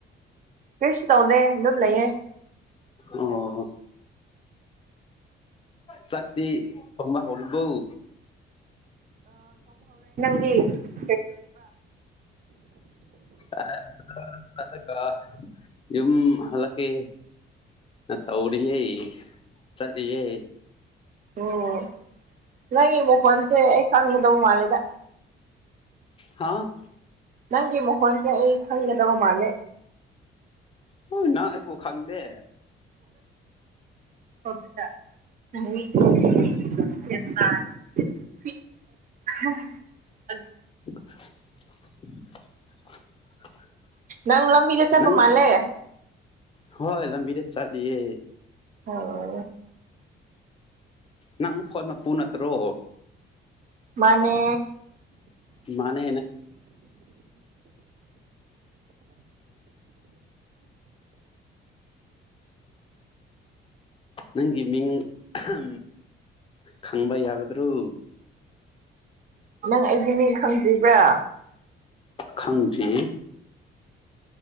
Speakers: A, on the right; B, on the left.
A: ꯐꯁꯨ ꯇꯧꯗꯦ ꯂꯝ ꯂꯩꯌꯦꯦ
B: ꯑꯣ ꯆꯥꯛꯗꯤ ꯊꯣꯡꯕꯥ ꯍꯔꯔꯤꯕꯧ
A: ꯎ
B: ꯑ ꯆꯠꯂꯒ ꯌꯨꯝ ꯍꯜꯂꯛꯀꯦ ꯇꯧꯔꯤꯌꯦ ꯆꯠꯂꯤꯌꯦ
A: ꯑꯣꯝ ꯅꯪꯕꯨ ꯐꯣꯟꯁꯦ ꯑꯩ ꯈꯪꯒꯗꯕꯨ ꯃꯥꯅꯦꯗ
B: ꯍꯥꯥ
A: ꯅꯪꯒꯤ ꯃꯈꯣꯟꯁꯦ ꯑꯩ ꯈꯪꯒꯗꯧ ꯃꯥꯜꯂꯦ
B: ꯍꯣꯏ ꯅꯍꯪ ꯑꯩꯕꯨ ꯈꯪꯗꯦ
A: ꯍ <unintelligible>
B: <unintelligible>
A: ꯅꯪ ꯂꯝꯝꯕꯗ ꯆꯄ
B: ꯅꯪ
A: ꯃꯥꯂꯦ
B: ꯍꯣꯏ ꯂꯝꯕꯤꯗꯦ ꯆꯥꯌꯦ
A: ꯍ
B: ꯅꯪ ꯐꯣꯟꯅꯄꯨ ꯅꯠꯇ꯭ꯔꯣ
A: ꯃꯅꯦ
B: ꯃꯥꯅꯦ ꯅꯪꯒꯤ ꯃꯤꯡ ꯎ ꯈꯪꯕ ꯌꯥꯒꯗ꯭ꯔꯣ
A: ꯅꯪ ꯑꯩꯒꯤ ꯃꯤꯡ ꯈꯪꯗ꯭ꯔꯤꯕ꯭ꯔꯥ
B: ꯈꯪꯖꯤ